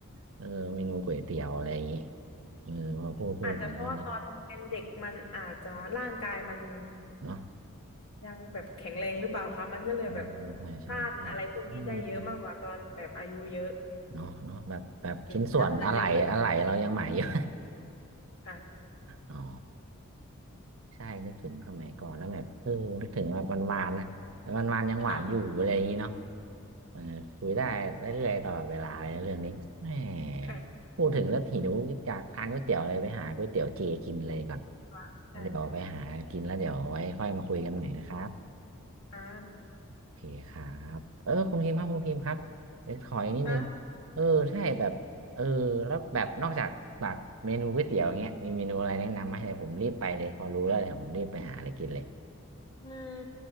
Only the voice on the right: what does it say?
เออเมนูก๋วยเตี๋ยวอะไรอย่างงี้เออพอพูดพูดถึงก็นึก
เนาะ
อืมใช่ใช่ใช่อืม
เนาะเนาะแบบแบบชิ้นส่วนอะไหล่อะไหล่เรายังใหม่อยู่
อ๋อใช่นึกถึงสมัยก่อนแล้วแบบเออนึกถึงแบบวันวานๆนะแต่วันวานๆยังหวานอยู่อะไรอย่างนี้เนาะ
เออคุยได้เรื่อยๆตลอดเวลาเลยเรื่องนี้แหม
พูดถึงแล้วหิวอยากทานก๋วยเตี๋ยวเลยไปหาก๋วยเตี๋ยวเจกินเลยก่อน
แล้วเดี๋ยวไปหากินแล้วเดี๋ยวไว้ค่อยมาคุยกันใหม่นะครับ
โอเคครับเออคุณพิมพ์ครับคุณพิมพ์ครับ เดี๋ยวขออีกนิดนึง
เออใช่แบบ เออแล้วแบบนอกจากแบบเมนูก๋วยเตี๋ยวอเงี้ยมีเมนูอะไรแนะนำไหมเดี๋ยวผมรีบไปเลยพอรู้แล้วเดี๋ยวผมรีบไปหาอะไรกินเลย